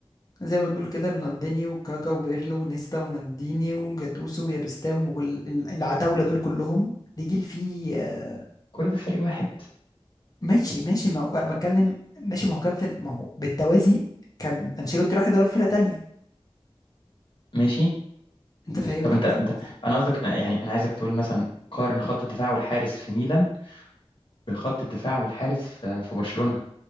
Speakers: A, on the left; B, on the left.
A: زي ما بتقول كده رونالدينيو وكاكا وبيرلو ونيستا ومالديني وجاتوزو ويابستام والعتاولة دول كلهم دي جيل فيه آه،
B: كل ده في فريق واحد
A: ماشي ماشي ما هو- انا بتكلم ماشي ما هو كان في ما هو بالتوازي كان انشيلوتي راح يدرب فرقة تانية
B: ماشي
A: انت فاهمني
B: طب انت
A: ف...
B: انت
A: ف-
B: انا قصدك يعني انا عايزك تقول مثلا قارن خط الدفاع والحارس في ميلان بخط الدفاع والحارس في في برشلونة